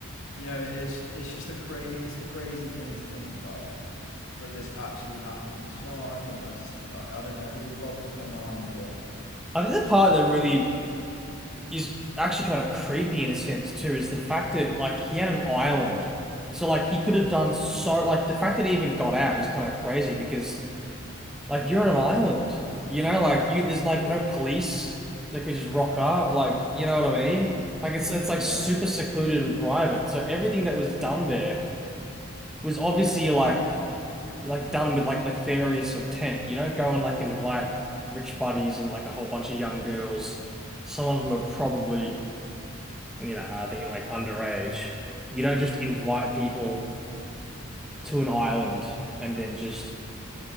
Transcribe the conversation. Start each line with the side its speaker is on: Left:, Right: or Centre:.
Left: you know, it's it's just a cra- it's a crazy thing to think about that this actually happens. Do you know what I mean? I just I, I don't know. It really boggles my mind a bit.
Centre: I think the part that really is actually kind of creepy in a sense too is the fact that like he had an island. So like he could have done so like the fact that he even got out is kind of crazy because like you're on an island. You know, like you there's like no police that could just rock up. Like, you know what I mean? Like it's it's like
Left: Yeah.
Centre: super secluded and private. So everything that was done there was obviously like like done with like nefarious intent. You don't go and like invite rich buddies and like a whole bunch of young girls. Some of them are probably, you know, I think like underage. You don't just invite people to an island and then just